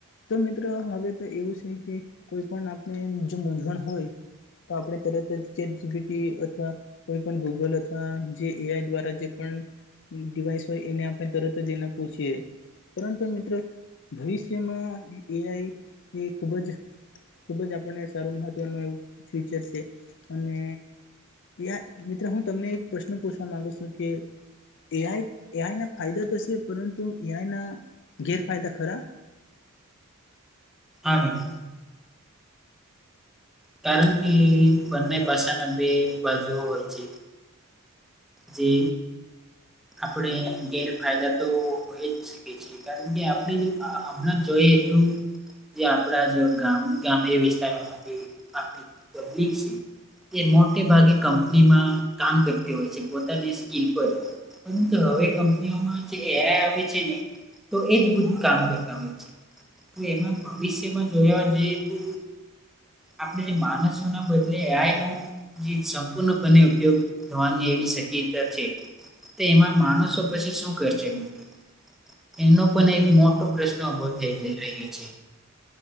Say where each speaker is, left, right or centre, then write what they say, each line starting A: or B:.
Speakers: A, on the left (about 55°); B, in the centre.
A: તો મિત્ર હવે તો એવું છે કે કોઈ પણ આપણે જો મૂજવણ હોય તો આપણે તરત જ ચેટ જીપીટી અથવા કોઈ પણ ગૂગલ અથવા જે એઆઈ દ્વારા જે પણ ડિવાઈસ હોય એને આપણે તરત જ એના પૂછીયએ. પરંતુ મિત્રો ભવિષ્યમાં એઆઈ એ ખૂબ જ ખુબ જ આપણને સારું મહત્વનું એવું ફુચર છે અને યા મિત્ર હું તમને એક પ્રશ્ન પૂછવા માંગુ છું કે એ આઈ એઆઈ ના ફાયદા તો છે પરંતુ એઆઈ ના ગેરફાયદા ખરા
B: આવે છે. કારણ કે બંને પાસા ના બે બાજુ હોય છે. જે આપણે ગેરફાયદા તો હોય જ શકીએ છેએ. કારણ કે આપણે અ હમણાં જોઈએ તો. જે આપણા જે ગામ ગામ્ય વિસ્તારોમાં જે આપણી પબ્લિક છે એ મોટે ભાગે કંપનીમાં કામ કરતી હોય છે. પોતાની સ્કીલ પર પરંતુ હવે કંપનીઓમાં જે એઆ આવે છે ને તો એજ બધું કામ કરતા હોય છે તો એમાં ભવિષ્યમાં જોવા જઈએ તો આપણે માનસો ના બદલે એઆઈ નો જીત સંપૂર્ણપણે ઉપયોગ થવાની એવી શક્યતા છે. તે એમાં માણસો પછી શું કરશે મિત્ર એનો પણ એક મોટો પ્રશ્ન ઉભો થઇ જ રહ્યો છે.